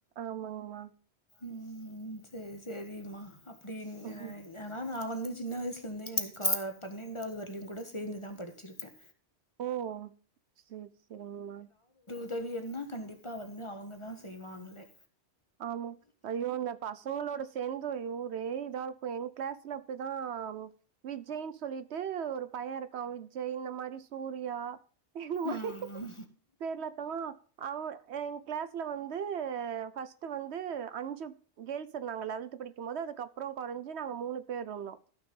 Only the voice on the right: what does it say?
ஆமாங்மா
ம்
ஓ செர் செரிங்மா
ஆமாங்க ஐயோ அந்த பசங்களோட சேந்து ஐயோ ஒரே இதாருக்கு எங் கிளாஸ்ல அப்டிதா விஜய்ன் சொல்லிட்டு ஒரு பைய இருக்கா விஜய் இந்த மாரி சூர்யா இந்த மாரி
பேர்லத்தா அவ் எங் கிளாஸ்ல வந்து ஃபஸ்ட் டு வந்து அஞ்சு கேல்ஸ் இருந்தாங்க லெவல்த் பிடிக்கும் போது அதுக்கப்புறோ கொறஞ்சு நாங்க மூணு பேர்ருந்தோ